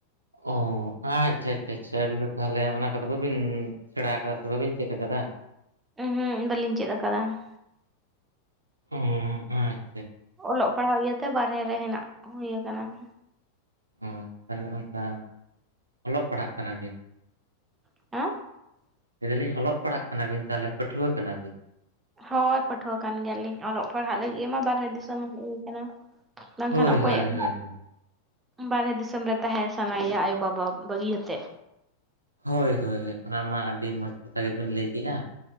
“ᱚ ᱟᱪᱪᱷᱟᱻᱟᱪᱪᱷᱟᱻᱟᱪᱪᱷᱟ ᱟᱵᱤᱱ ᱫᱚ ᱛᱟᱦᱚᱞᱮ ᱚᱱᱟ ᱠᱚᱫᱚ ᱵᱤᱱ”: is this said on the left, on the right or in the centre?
Right